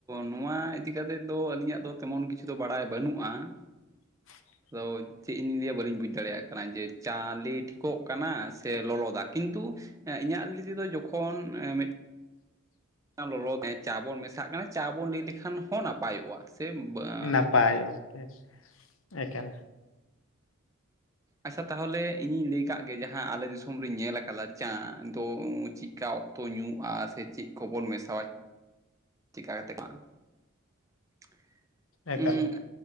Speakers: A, on the right; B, on the left.
A: ᱱᱚᱣᱟ ᱤᱫᱤ ᱠᱟᱛᱮᱫ ᱫᱚ ᱟᱹᱞᱤᱧᱟᱜ ᱫᱚ ᱛᱮᱢᱚᱱ ᱠᱤᱪᱷᱩ ᱫᱚ ᱵᱟᱲᱟᱭ ᱵᱟᱹᱱᱩᱜᱼᱟ ᱾
B: <inaudible>
A: ᱟᱫᱚ ᱪᱮᱫ ᱤᱧ ᱞᱟᱹᱭᱟ ᱵᱟᱹᱞᱤᱧ ᱵᱩᱡᱽ ᱫᱚ ᱪᱮᱫ ᱤᱧ ᱞᱟᱹᱭᱟ ᱵᱟᱞᱤᱧ ᱵᱩᱡ ᱟᱲᱮᱭᱟᱜ ᱠᱟᱱᱟ ᱡᱮ ᱪᱟ ᱞᱮ ᱴᱷᱤᱠᱚᱜ ᱠᱟᱱᱟ ᱥᱮ ᱞᱚᱞᱚ ᱫᱟᱜ? ᱠᱤᱱᱛᱩ ᱮᱸ ᱤᱧᱟᱹᱜ ᱞᱮᱭ ᱛᱮᱫᱚ ᱡᱚᱠᱷᱚᱱ ᱢᱮᱫ <unintelligible> ᱪᱟ ᱵᱚᱱ ᱢᱮᱥᱟᱜ ᱠᱟᱱᱟ ᱪᱟ ᱵᱚᱱ ᱞᱟᱹᱭ ᱞᱮᱠᱷᱟᱱ ᱦᱚᱸ ᱱᱟᱯᱟᱭᱚᱜᱼᱟ ᱾ ᱥᱮᱢ ᱩᱵᱟᱜᱼᱟ ᱾
B: ᱱᱟᱯᱟᱭ ᱚ <inaudible> ᱮᱠᱮᱱ
A: ᱟᱪᱪᱷᱟ ᱛᱟᱦᱚᱞᱮ ᱤᱧᱤᱧ ᱞᱟᱹᱭ ᱟᱠᱟᱫ ᱜᱮ ᱡᱟᱦᱟᱸ ᱟᱞᱮ ᱫᱤᱥᱚᱢ ᱨᱤᱧ ᱧᱮᱞ ᱟᱠᱟᱫᱟ ᱪᱟ ᱫᱚ ᱪᱤᱠᱟ ᱚᱠ ᱛᱚ ᱧᱩᱼᱟ ᱥᱮ ᱪᱮᱫ ᱠᱚᱵᱚᱱ ᱢᱮᱥᱟᱣᱟ <unintelligible> ᱛᱮ ᱵᱟᱝ <inaudible>
B: ᱮᱠᱟᱞ
A: ᱩᱸᱜ